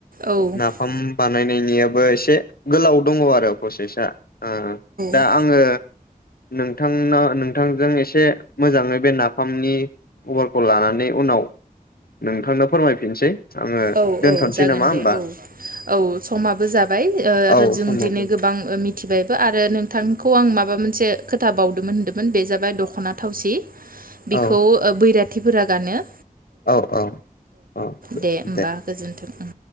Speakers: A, on the right; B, on the left.
A: औ
B: नाफाम बा बानायनायनियाबो एसे गोलाव दङ आरो प्रसेसा ओ दा
A: औ
B: आङो नोंथांनो नोंथांजों एसे मोजाङै बे नाफामनि खबरखौ लानानै उनाव नोंथांनो फोरमायफिनसै। ङो
A: औ
B: दोनथ'नसै
A: औ जागोन
B: नामा होमबा?
A: दे औ औ समाबो जाबाय ओ
B: औ
A: रो जों
B: समाबो
A: दिनै गोबां ओ मिथिबायबो आरो नोंथांखौ आं माबा मोन से खोथाबावदोंमोन होन्दोंमोन बे जाबाय दख'ना थावसि बिखौ
B: औ
A: ओ बैरा थिफोरा गानो।
B: औ औ अ
A: दे होमबा गोजोन्थों।